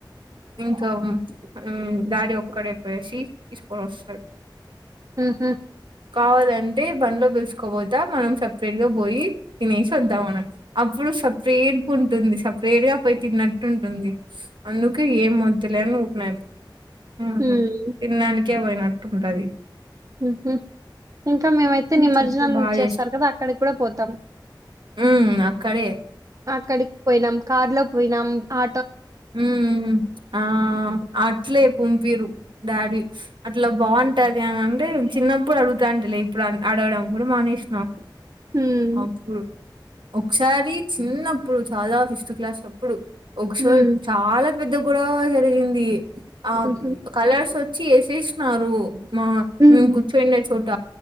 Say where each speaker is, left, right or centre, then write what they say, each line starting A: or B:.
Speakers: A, on the right (about 80°); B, on the right (about 45°).
A: ఇంక ఉమ్ ఆ డాడి ఒక్కడై పోయేసి తీసుకొని వస్తంది
B: ఊహు
A: కావలన్ అటే బండ్లో పిలుసుుకోపోతా మనం సపరేట్ గా పోయి తినేసి వద్దాం అన అప్పుడు సపరేట్ గ ఉంటుంది సపరేట్ గా పోయి తిన్నట్టు ఉంటుంది అందుకె ఏం తి. లె ఉన్నాయి ఉమ్
B: హ్మ్
A: తినడానికి ఎ పోయినట్టు ఉంటాది
B: ఉహూ ఇంకా మేమైతే నిమజ్జనం
A: చేస్తే బాగా
B: చేస్తారు కదా అక్కడికి కూడా పోతాం
A: హ్మ్. అక్కడే
B: అక్కడికి పోయినాం కారు లో పోయినాం పా
A: ఉమ్ ఆ అట్లే పంపిరు డాడీ అట్లా బాగుంటది అని అంటే చిన్నప్పుడు అడుగుతాంటలే ఇప్పుడు అడగడం కూడా మానేసినం
B: హ్మ్
A: అప్పుడు ఒకసారి చిన్నప్పుడు చాలా ఫిఫ్త్ క్లాస్ అప్పుడు ఒకసారి
B: హ్మ్
A: చాలా పెద్ద గొడ జరిగింది ఆ
B: ఊహూ
A: కలర్స్ వచ్చ చేసేసినారు మా
B: హ్మ్
A: మేము కూర్చోయినా చోట